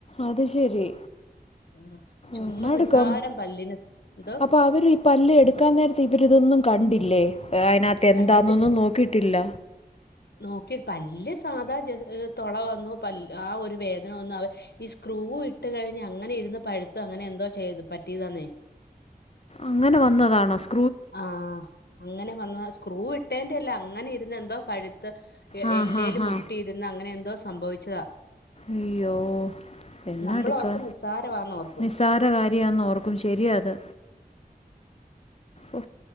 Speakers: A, on the left; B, on the left.
A: അത് ശരി
B: ആഹ് ചുമ്മ
A: എന്നാ
B: നിസ്സാരം
A: എടുക്കാം
B: പല്ലിന് എന്തോ.
A: അപ്പൊ അവര് ഈ പല്ല് എടുക്കാൻ നേരത്തെ ഇവരിതൊന്നും കണ്ടില്ലേ അതിനകത്ത് എന്താന്നൊന്നും
B: കണ്ടിട്ടില്ല
A: നോക്കിയിട്ടില്ല.
B: നോക്കി പല്ല് സാധാ തുള വന്നു പൽ ആ ഒരു വേദന വന്നു അത് ഈ സ്ക്രൂ ഇട്ട് കഴിഞ്ഞ് അങ്ങനെ ഇരുന്ന് പഴ്ത്ത് അങ്ങനെ എന്തോ ചെയ്തു പറ്റിയതാന്നേ.
A: അങ്ങനെ വന്നതാണോ സ്
B: ആഹ് അങ്ങനെ വന്നഹ് സ്ക്രൂ ഇട്ടേന്റെ അല്ല അങ്ങനെ ഇര്ന്ന് എന്തോ പഴ്ത്ത്. എ
A: ആഹ്
B: എല്ലേല്
A: ഹാ ഹാ
B: മുട്ടിയിരുന്ന് അങ്ങനെ എന്തോ സംഭവിച്ചതാ.
A: അയ്യോ എന്നാ
B: നമ്മൾ
A: എടുക്കാ
B: ഓർക്കും നിസ്സാരമാന്ന് ഓർക്കും
A: നിസാരകാര് രിയാന്ന് ഓർക്കും ശരിയാ അത് ഓ